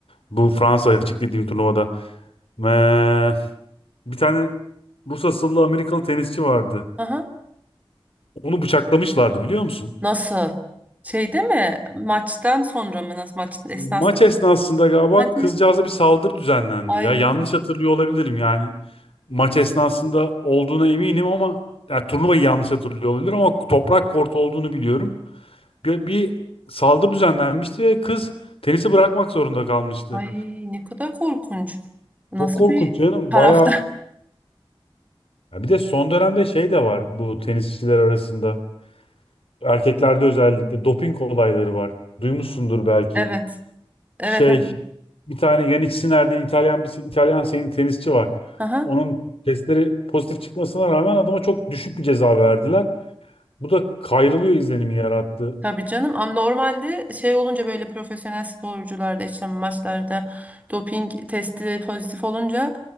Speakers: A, on the left; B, on the right.
A: Bu Fransa açık dediğim turnuvada. Eee, bir tane Rus asıllı Amerikalı tenisçi vardı.
B: Aha.
A: Onu bıçaklamışlardı biliyor musun?
B: Nasıl? Şeyde mi? Maçtan sonra mı? Nasıl maç esnasında?
A: Maç esnasında galiba
B: Hadi.
A: kızcağıza
B: ya.
A: bir saldırı düzenlendi
B: Ay
A: ya. Yanlış hatırlıyor olabilirim yani. Maç esnasında olduğuna eminim ama yani turnuvayı yanlış hatırlıyor olabilirim ama toprak kort olduğunu biliyorum. Bir, bir saldırı düzenlenmişti ve kız tenisi bırakmak zorunda kalmıştı.
B: ay ne kadar korkunç. Nasıl
A: Çok korkunç
B: bir
A: canım.
B: tarafta?
A: Bayağı
B: <laughs>
A: Ya bir de son dönemde şey de var bu tenisçiler arasında. Erkeklerde özellikle doping olayları var. Duymuşsundur belki.
B: Evet. Evet
A: Şey
B: evet.
A: bir tane Yannick Sinner diye İtalyan bir İtalyan sayın tenisçi var.
B: Aha.
A: Onun testleri pozitif çıkmasına rağmen adama çok düşük bir ceza verdiler. Bu da kayrılıyor izlenimi yarattı.
B: Tabii canım ama normalde şey olunca böyle profesyonel sporcularda işte maçlarda doping testi pozitif olunca